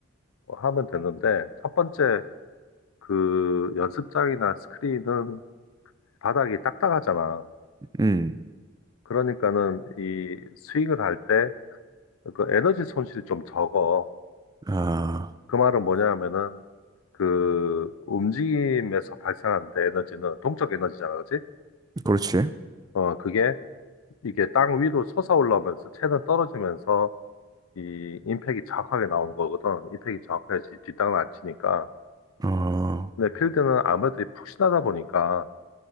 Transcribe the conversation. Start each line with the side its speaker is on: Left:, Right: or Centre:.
Left: 하면 되는데 첫 번째 그 연습장이나 스크린은 바닥이 딱딱하잖아.
Right: 음,
Left: 그러니까는 이 스윙을 할 때 그 에너지 손실이 좀 적어.
Right: 아,
Left: 그 말은 뭐냐 하면은 그 움직임에서 발생하는데 에너지는 동적 에너지잖아, 그지?
Right: 그렇지.
Left: 어, 그게 이게 땅 위로 솟아올라오면서 채는 떨어지면서 이 임팩이 정확하게 나오는 거거든. 임팩이 정확해야지 뒷땅을 안 치니까.
Right: 어,
Left: 근데 필드는 아무래도 푹신하다 보니까